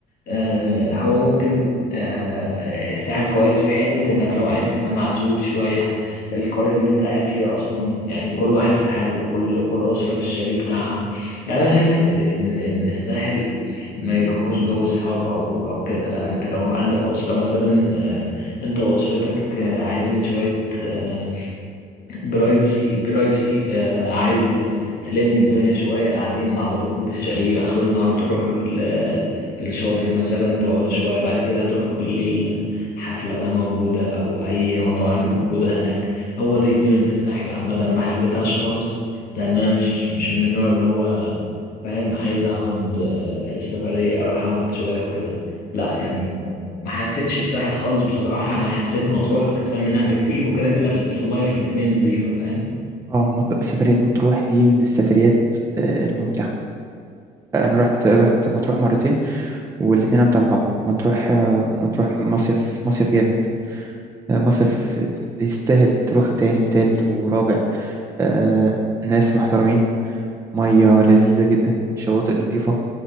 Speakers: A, on the left (about 65°); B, on the right (about 15°).
A: آه، هو ممكن آه، الساحل كويس في حتة إنك لو عايز تبقى معزول شوية القرية اللي أنت قاعد فيها أصلا يعني كل واحد في حاله وكل كل أسرة في الشاليه بتاعها يعني أنا شايف إن إن الساحل ما يروحوش جو صحاب أو أو كده لا أنت لو عندك أسرة مثلا آه، أنت وأسرتك آه، عايزين شوية آه، برايفسي برايفسي آه عايز تلم الدنيا شوية قاعدين مع بعضكم في الشاليه آخر النهار تروحوا ال- آه، الشاطئ مثلا تقعدوا شوية بعد كده تروحوا بالليل حفلة بقى موجودة أو أي مطاعم موجودة هناك هو دي دنيا الساحل عامة أنا ما حبيتهاش خالص لأن أنا مش مش من النوع اللي هو فاهم عايز أقعد آه، في السفرية أروح أقعد شوية وكده لا يعني ما حسيتش الساحل خالص بصراحة أنا حسيت مطروح أحسن منها بكتير وكده كده ال- المية في الاتنين نضيفة فاهم
B: اه مط- سفرية مطروح دي من السفريات آه، الممتعة انا رحت رحت مطروح مرتين والاتنين امتع من بعض مطروح آه، مطروح مصيف مصيف جامد آه، مصيف يستاهل تروح تاني وتالت ورابع آه، ناس محترمين مية لذيذة جدا شواطئ نظيفة